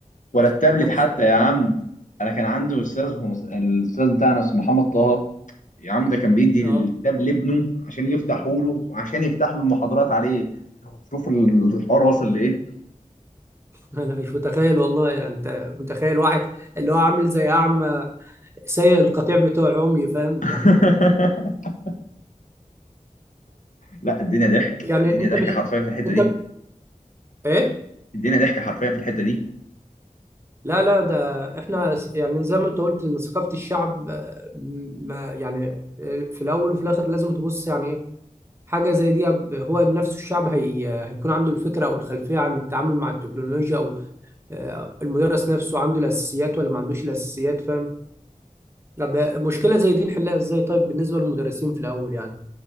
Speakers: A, on the left; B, on the right.
A: ولا التابلت
B: <laughs>
A: حتى يا عم انا كان عندي استاذ الاستاذ بتاعنا اسمه محمد طه يا عم ده كان بيدي الكتاب
B: اه
A: لابنه عشان يفتحوا له وعشان يفتح له المحاضرات عليه شوف الحوار واصل لايه
B: انا مش متخيل والله يعني انت متخيل واحد اللي هو عامل زي اعمى سايق القطيع بتوع عمي فاهم
A: <laughs>
B: يعني
A: لا الدنيا ضحك
B: يعني
A: الدنيا
B: انت
A: ضحك
B: مش
A: حرفيا في الحته
B: انت
A: دي
B: ايه
A: الدنيا ضحك حرفيا في الحته دي
B: لا لا ده احنا س- يعني زي ما انت قلت ان ثقافة الشعب آه، ما يعني آه، في الاول وفي الاخر لازم تبص يعني ايه حاجة زي دي ب- هو نفسه الشعب هي هيكون عنده الفكرة او الخلفية عن التعامل مع التكنولوجيا او آه، المدرس نفسه عنده الاساسيات ولا ما عندوش الاساسيات فاهم طب مشكلة زي دي نحلها ازاي طيب بالنسبة للمدرسين في الاول يعني